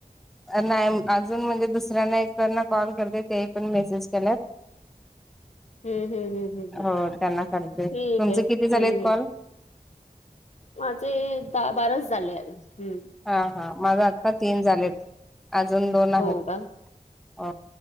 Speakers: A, in the centre; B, on the left (about 50°).
A: नाही अजून म्हणजे दुसऱ्यांना एकना कॉल करते तेही पण मेसेज केल्या
B: हम्म हम् हम् हम् हम्
A: हो त्यांना करते
B: ठीक
A: तुमचे
B: आहे हम्म
A: किती झालेत कॉल
B: हम् माझे दहा बाराच झाले ह्
A: हा हा माझ आत्ता तीन झालेत अजून दोन आहेत
B: हो का
A: अ